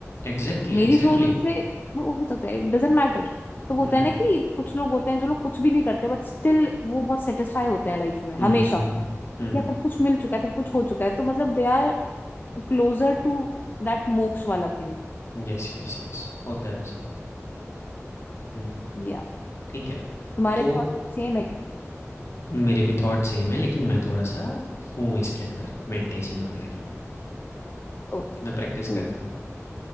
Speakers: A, on the left; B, on the left.
A: exactly
B: मेरी
A: exactly
B: सोल उनसे वो हो सकता है इट डजेंट मैटर तो वो
A: Hmm
B: होता है ना कि कुछ लोग होते हैं जो लोग कुछ भी नहीं करते बट स्टिल वो बहुत सेटिस्फाई होते हैं लाइफ में हमेशा
A: hmm hmm hmm hmm
B: या सब कुछ मिल चुका है सब कुछ हो चुका है तो मतलब they are closer to that moksha वाला थिंग
A: hmm yes yes yes होता है वैसा हम्म
B: या
A: ठीक है
B: तुम्हारे
A: तो
B: भी थॉट सेम है क्या
A: मेरे भी थॉट सेम है लेकिन मैं थोड़ा सा हूँ इसके अंदर मेडिटेशन वगैरह के अंदर
B: ओके
A: मैं प्रैक्टिस
B: कूल
A: करता हूँ